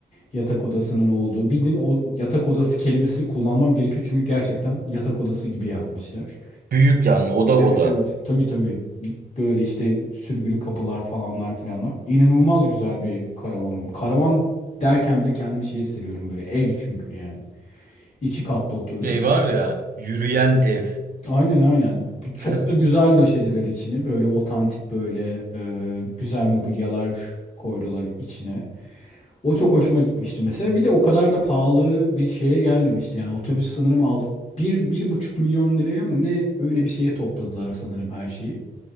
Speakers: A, on the left; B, on the right.
A: yatak odasının olduğu. Bildiğin o yatak odası kelimesini kullanmam gerekiyor çünkü gerçekten yatak odası gibi yapmışlar.
B: Büyük yani oda
A: Evet
B: oda.
A: evet. Tabii tabii. Böyle işte sürgülü kapılar falanlar filanlar. İnanılmaz güzel bir karavan oldu. Karavan derken bile kendimi şey hissediyorum böyle. Ev çünkü yani. İki katlı otobüs.
B: Şey var ya yürüyen ev.
A: Aynen aynen. Bu Çok
B: <laughs>
A: da güzel döşediler içini. Böyle otantik böyle e, güzel mobilyalar koydular içine. O çok hoşuma gitmişti mesela. Bir de o kadar da pahalı bir şeye gelmemişti. Yani otobüs sanırım al bir, bir buçuk milyon liraya mı ne öyle bir şeye topladılar sanırım her şeyi.